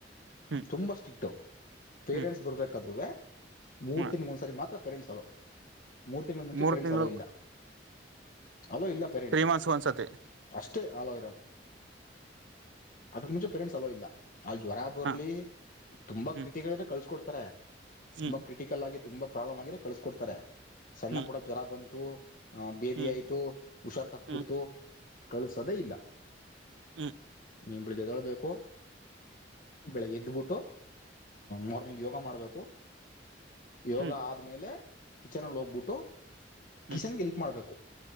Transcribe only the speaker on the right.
ಹ್ಮ್
ಹ್ಮ್
ಹ್ಮ್
ಮೂರ್
ತಿಂಗಳು
ತ್ರೀ
ಮಂತ್ಸ್ ಒಂದ್ಸತಿ
ಹಾ
ಹ್ಮ್
ಹ್ಮ್
ಹ್ಮ್
ಹ್ಮ್
ಹ್ಮ್
ಹ್ಮ.
ಹ್ಮ್
ಹ್ಮ್